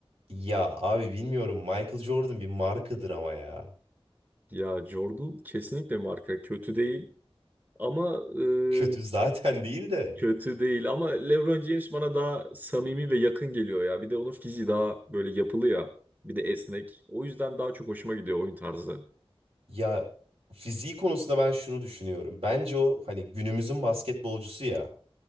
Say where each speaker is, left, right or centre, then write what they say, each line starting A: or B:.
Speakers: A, on the right (about 70°); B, on the right (about 15°).
A: Ya abi bilmiyorum Michael Jordan bir markadır ama ya.
B: Ya Jordan kesinlikle marka kötü değil ama e,
A: Kötü zaten değil de.
B: kötü değil ama LeBron James bana daha samimi ve yakın geliyor ya. Bir de onun fiziği daha böyle yapılı ya. Bir de esnek. O yüzden daha çok hoşuma gidiyor oyun tarzı.
A: Ya fiziği konusunda ben şunu düşünüyorum. Bence o hani günümüzün basketbolcusu ya.